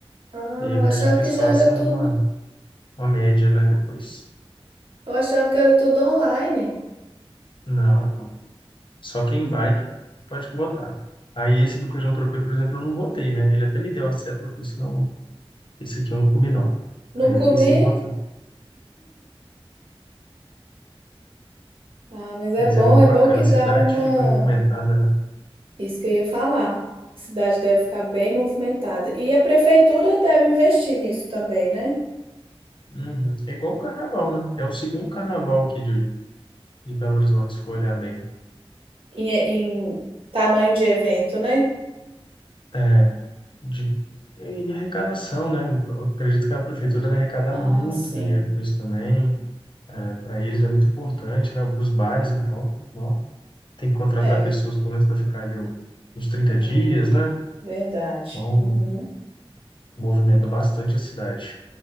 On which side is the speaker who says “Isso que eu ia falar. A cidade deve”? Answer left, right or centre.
Right